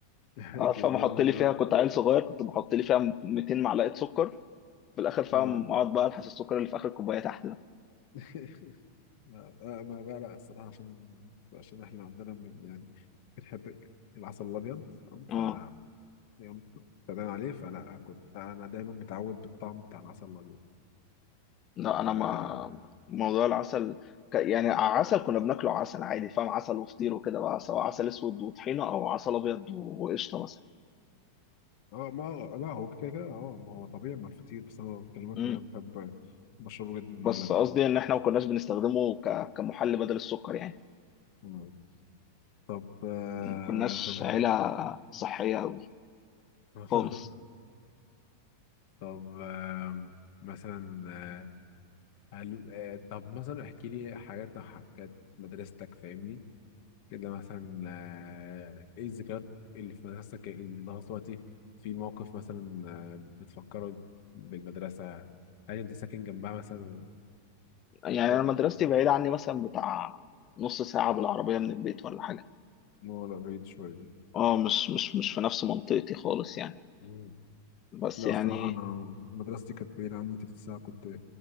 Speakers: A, on the left; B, on the left.
A: <laughs>
B: اه
A: كبيرة
B: فمحط لي
A: من
B: فيها كنت عيل صغير كنت بحط لي فيها 200 معلقه سكر في الاخر فاهم
A: آه. آه.
B: اقعد بقى الحس السكر اللي في اخر الكوبايه تحت ده
A: <laughs> لا آه، ما بقى لا الصراحة عشان عشان احنا عندنا من يعني بنحب العسل الأبيض تمام ف
B: اه
A: يوم ابتدينا عليه فلا كنت أنا دايما متعود بالطعم بتاع العسل الأبيض
B: لا
A: ف اه
B: انا ما موضوع العسل ك... يعني عسل كنا بناكله عسل عادي فاهم عسل وفطير وكده بقى سواء عسل اسود وطحينه او عسل ابيض وقشطه مثلا
A: آه، ما لا هو كده كده اه ما هو طبيعي مع الفطير بس أنا بكلمك
B: امم
A: إن أنا بحب بشربه جدا مع
B: بس
A: اللبن
B: قصدي ان احنا ما كناش بنستخدمه ك... كمحل بدل السكر يعني
A: مم. طب آه
B: ما كناش
A: طب
B: عيله
A: هل
B: صحيه قوي
A: <laughs>
B: خالص
A: طب آه مثلا آه، هل... آه طب مثلا احكي لي حاجات أو حاجات مدرستك فاهمني كده مثلا آه ايه الذكريات اللي في مدرستك اللي لغايه دلوقتي في موقف مثلا آه بتفكره بالمدرسة هل انت ساكن جنبها مثلا و...
B: يعني
A: و...
B: انا مدرستي بعيده عني مثلا بتاع نص ساعه بالعربيه من البيت ولا حاجه
A: لا لا بعيد شوية دي
B: اه مش مش مش في نفس منطقتي خالص يعني
A: مم.
B: بس
A: لا
B: يعني
A: الصراحة أنا مدرستي كانت بعيدة عني تلت ساعة كنت